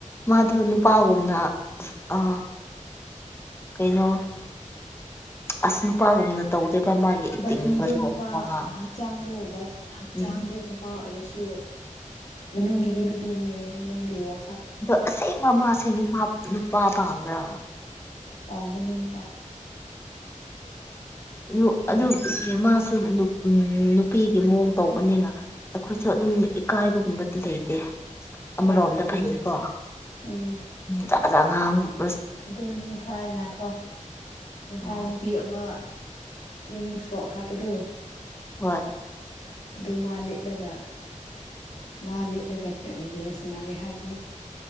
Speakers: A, on the left; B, on the left.
A: ꯃꯥꯗꯨ ꯅꯨꯄꯥꯒꯨꯝꯅ ꯑ ꯀꯩꯅꯣ ꯑꯁ ꯅꯨꯄꯥꯒꯨꯝꯅ ꯇꯧꯗꯦꯗꯥ ꯃꯥꯒꯤ ꯑꯦꯛꯇꯤꯡꯒꯨꯝꯕꯗꯣ
B: ꯕꯗꯤꯗꯣ ꯅꯨꯄꯥ
A: ꯋꯥꯉꯥꯡ
B: ꯍꯛꯆꯥꯡꯗꯣ ꯕꯠ ꯍꯛꯆꯥꯡꯗꯣ
A: ꯎꯝ
B: ꯅꯨꯄꯥ ꯑꯣꯏꯔꯁꯨ ꯃꯅꯨꯡꯒꯤꯗꯤ ꯅꯨꯄꯤꯅꯦ ꯃꯅꯨꯡꯒꯤ ꯋꯥ
A: ꯑꯗꯣ ꯑꯁꯦꯡꯕꯥ ꯃꯥꯁꯦ ꯅꯨꯄꯥ ꯅꯨꯄꯥ ꯄꯥꯝꯕ꯭ꯔꯥ
B: ꯄꯥꯝꯕꯅꯦ ꯅꯨꯄꯥ
A: ꯎ
B: ꯄꯥꯝꯗ꯭ꯔꯗꯤ
A: ꯑꯗꯨ ꯃꯥꯁꯨ ꯑꯗꯨꯝ ꯎꯝ ꯅꯨꯄꯤꯒꯤ ꯃꯑꯣꯡ ꯇꯧꯕꯅꯤꯅ ꯑꯩꯈꯣꯏꯁꯨ
B: ꯎꯝ
A: ꯑꯗꯨꯝ ꯏꯀꯥꯏꯕꯒꯨꯝꯕꯗꯤ ꯂꯩꯇꯦ ꯑꯃꯔꯣꯝꯗ
B: ꯍꯣꯏ ꯑꯗꯨꯅꯦ
A: ꯐꯩꯌꯦꯀꯣ
B: ꯎꯝ
A: ꯖꯥꯠ ꯖꯥꯠ ꯉꯥꯡꯕꯥ
B: ꯑꯗꯨ ꯉꯁꯥꯏ ꯉꯥꯏꯈꯣ ꯉꯁꯥꯏ
A: ꯑꯣ
B: ꯅꯨꯄꯤ ꯑꯃ ꯄꯤꯡ ꯐ꯭ꯔꯣꯛ ꯍꯥꯞꯄꯗꯣ
A: ꯍꯣꯏ
B: ꯑꯗꯨ ꯃꯥ ꯂꯤꯠꯂꯒ ꯃꯥ ꯂꯤꯠꯂꯒ ꯔꯤꯜ꯭ꯁ ꯁꯥꯅꯩ ꯍꯥꯏꯕꯅꯤ